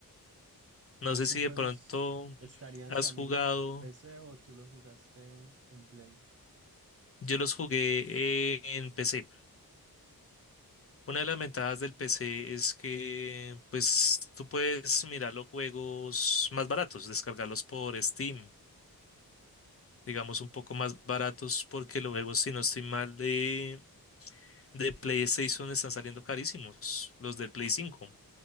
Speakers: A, on the left; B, on the right.
A: No
B: ¿Y esos
A: sé si
B: juegos
A: de pronto
B: estarían
A: has
B: también
A: jugado.
B: en PC o tú los jugaste en, en Play?
A: Yo los jugué eh, en PC. Una de las ventajas del PC es que, pues, tú puedes mirar los juegos más baratos, descargarlos por Steam, digamos un poco más baratos, porque los juegos, si no estoy mal, de, de PlayStation están saliendo carísimos, los del Play 5.